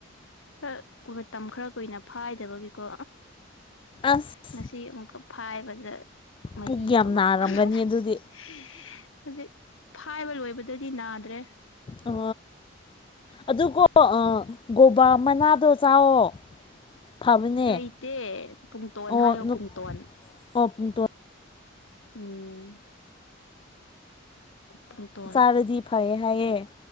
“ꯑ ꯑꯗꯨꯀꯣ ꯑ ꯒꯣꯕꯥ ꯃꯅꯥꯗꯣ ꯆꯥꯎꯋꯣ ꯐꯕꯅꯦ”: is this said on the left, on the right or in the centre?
Left